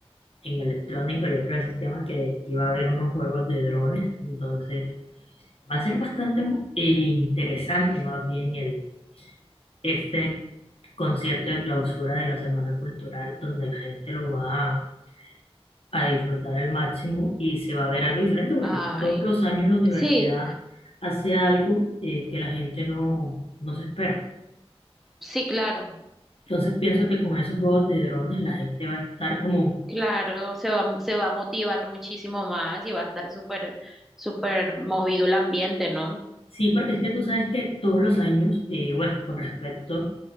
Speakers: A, on the left; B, in the centre.
A: en electrónica y otro sistema que iba a haber unos juegos de drones, entonces va a ser bastante mu- eh, interesante más bien el, este concierto de clausura de la Semana Cultural donde la gente lo va a, a disfrutar al máximo y se va a ver algo diferente porque
B: Ay,
A: todos los años la universidad
B: sí,
A: hace algo eh, que la gente no, no se espera.
B: sí, claro,
A: Entonces pienso que con esos juegos de drones la gente va a estar como,
B: claro, se va, se va a motivar muchísimo más y va a estar súper, súper movido el ambiente, ¿no?
A: sí, porque es que tú sabes que todos los años, eh, bueno, con respecto